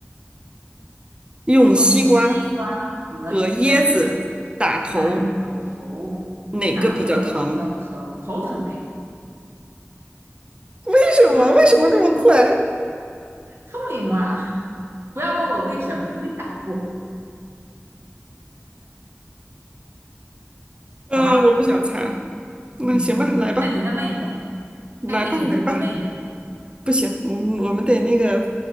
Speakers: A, on the right (about 25°); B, on the right (about 60°).
A: 用西瓜
B: 用西瓜和椰子
A: 和椰子打头，
B: 打你的头，
A: 哪个比较疼？
B: 哪个比较疼？头疼嘞，
A: 为什么？
B: 是吗？
A: 为什么这么快？
B: 聪明嘛，不要问我为什么，因为打过，
A: 嗯、
B: 好吧？
A: 我不想猜。那行吧，
B: 嗯，
A: 来吧，
B: 那你再问一个，
A: 来吧，
B: 再给你个机会问一个，
A: 来吧。不行，我们我们得那个，